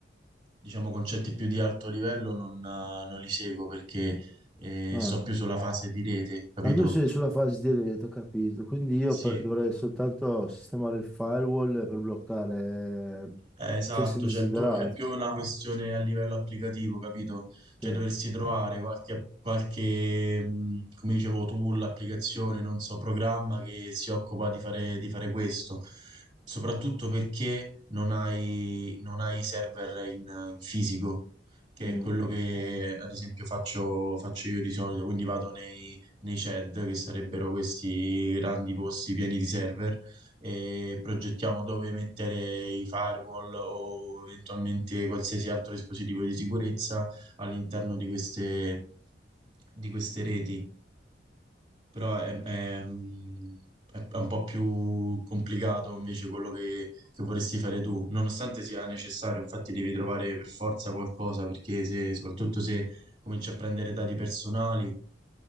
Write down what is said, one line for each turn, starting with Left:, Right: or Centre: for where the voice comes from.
Right: diciamo, concetti più di alto livello non, eh, non li seguo perché, eh,
Centre: Ah.
Right: sto più sulla fase di rete, capito?
Centre: Ah, tu sei sulla fase di rete, ho capito. Quindi io
Right: Sì,
Centre: per- dovrei soltanto sistemare il firewall per bloccare eh,
Right: eh, esatto,
Centre: accessi indesiderati.
Right: cioè il tuo è più una questione a livello applicativo, capito? Cioè
Centre: Sì,
Right: dovresti trovare qualche, qualche, mh, come dicevo tu, l'applicazione, non so, programma che si occupa di fare, di fare questo, soprattutto perché non hai, non hai i server in, in fisico, che
Centre: Mm.
Right: è quello che ad esempio faccio, faccio io di solito, quindi vado nei, nei CED, che sarebbero questi grandi posti pieni di server e progettiamo dove mettere i firewall o eventualmente qualsiasi altro dispositivo di sicurezza all'interno di queste, di queste reti. Però è, è- mm, è- è un po' più complicato invece quello che, che vorresti fare tu, nonostante sia necessario, infatti devi trovare per forza qualcosa, perché se, soprattutto se cominci a prendere dati personali,